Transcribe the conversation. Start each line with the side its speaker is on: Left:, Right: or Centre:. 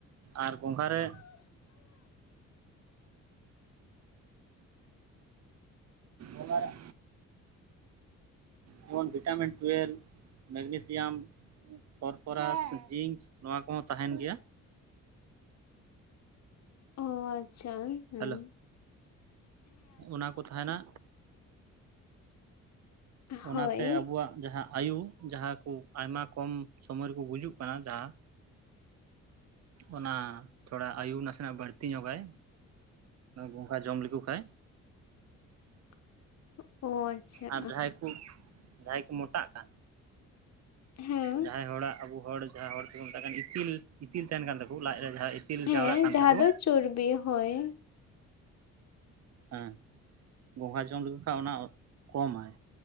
Right: ᱟᱨ ᱜᱚᱝᱠᱷᱟᱨ ᱨᱮ ᱚᱱᱟ <inaudible> ᱡᱮᱢᱚᱱ ᱵᱷᱤᱴᱟᱢᱤᱱ ᱴᱩᱭᱮᱞ <unintelligible> ᱢᱮᱜᱱᱮᱥᱤᱭᱟᱢ <unintelligible> ᱯᱷᱚᱨᱯᱷᱚᱨᱟᱥ ᱡᱤᱝᱠ ᱱᱚᱣᱟ ᱠᱚᱦᱚᱸ ᱛᱟᱦᱮᱱ ᱜᱮᱭᱟ᱾
Left: ᱚ ᱟᱪᱪᱷᱟ ᱦᱩᱸ᱾
Right: ᱦᱮᱞᱳ ᱚᱱᱟ ᱠᱚ ᱛᱟᱦᱮᱱᱟ ᱚᱱᱟᱛᱮ
Left: ᱦᱳᱭ
Right: ᱟᱵᱚᱣᱟᱜ ᱡᱟᱦᱟᱸ ᱟᱭᱭᱩ ᱡᱟᱦᱟᱸ ᱠᱚ ᱟᱭᱢᱟ ᱠᱚᱢ ᱥᱚᱢᱚᱭ ᱨᱮᱠᱚ ᱜᱩᱡᱩᱜ ᱠᱟᱱᱟ ᱡᱟᱦᱟᱸ᱾ ᱚᱱᱟ ᱛᱷᱚᱲᱟ ᱟᱭᱩ ᱱᱟᱥᱮᱱᱟᱜ ᱵᱟᱹᱲᱛᱤ ᱧᱚᱜᱟᱭ᱾ ᱜᱚᱝᱜᱷᱟ ᱡᱚᱢ ᱞᱮᱠᱚ ᱠᱷᱟᱡ
Left: <unintelligible> ᱚ ᱟᱪᱪᱷᱟ
Right: ᱟᱨ ᱡᱟᱦᱟᱸᱭ ᱠᱚ ᱡᱟᱦᱟᱸᱭ ᱠᱚ ᱢᱚᱴᱟᱜ ᱠᱟᱱ
Left: ᱦᱮᱸ
Right: ᱡᱟᱦᱟᱸᱭ ᱦᱚᱲᱟᱜ ᱟᱵᱚ ᱦᱚᱲ ᱡᱟᱦᱟᱸᱭ ᱦᱚᱲ ᱛᱮᱠᱚ ᱢᱳᱴᱟᱜ ᱠᱟᱱ ᱤᱛᱤᱞ ᱤᱛᱤᱞ ᱛᱟᱦᱮᱱ ᱠᱟᱱ ᱛᱟᱠᱚ ᱞᱟᱡ ᱨᱮ ᱡᱟᱦᱟ ᱤᱛᱤ ᱤᱛᱤᱞ
Left: ᱦᱮᱸ
Right: ᱡᱟᱣᱨᱟᱜ ᱠᱟᱱ
Left: ᱡᱟᱦᱟᱸ
Right: ᱛᱟᱠᱚ
Left: ᱫᱚ ᱪᱚᱨᱵᱤ ᱦᱚᱭ᱾
Right: ᱦᱮᱸ ᱜᱚᱸᱜᱟ ᱡᱚᱢ ᱞᱮᱠᱚ ᱠᱷᱟᱱ ᱚᱱᱟ ᱠᱚᱢᱟᱭ᱾